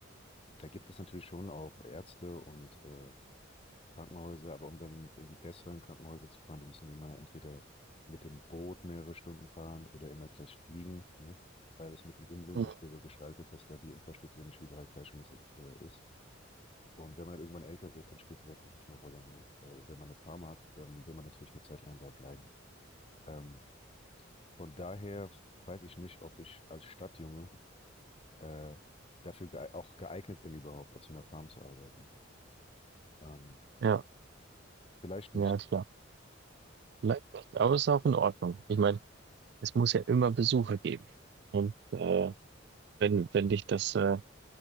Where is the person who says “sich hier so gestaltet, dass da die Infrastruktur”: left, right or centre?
Left